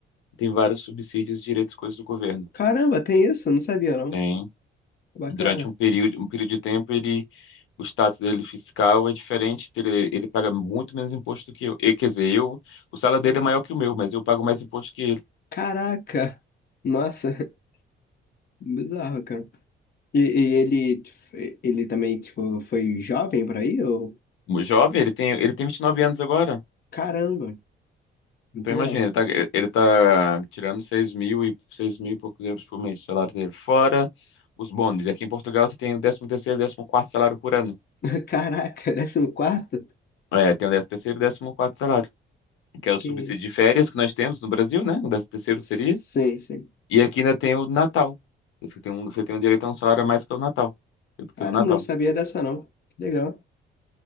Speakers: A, on the left; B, on the left.
A: Tem vários subsídios, direitos, coisas do governo.
B: Caramba, tem isso? Eu não sabia, não.
A: Tem,
B: Bacana.
A: durante um período, um período de tempo, ele, o status dele fiscal é diferente, ele, ele paga muito menos imposto do que eu. E, quer dizer, eu, o salário dele é maior que o meu, mas eu pago mais imposto que ele.
B: Caraca! Nossa, <laughs> bizarro, cara. E, e ele, ele também, tipo, foi jovem por aí? Ou...
A: O jovem, ele tem, ele tem 29 anos agora.
B: Caramba, muito
A: Então imagina,
B: legal.
A: ele tá, ele tá tirando 6 mil e 6 mil e poucos euros por mês, o salário dele. Fora os bônus. E aqui em Portugal você tem o décimo terceiro e décimo quarto salário por ano.
B: <laughs> Caraca, décimo quarto?
A: É, tem o décimo terceiro e décimo quarto salário, que é o
B: Que...
A: subsídio de férias que nós temos no Brasil, né? O décimo terceiro seria.
B: Sim, sim.
A: E aqui ainda tem o Natal. Você tem um, você tem um direito a um salário a mais que o Natal, do que
B: Caramba,
A: o do Natal.
B: não sabia dessa, não. Que legal.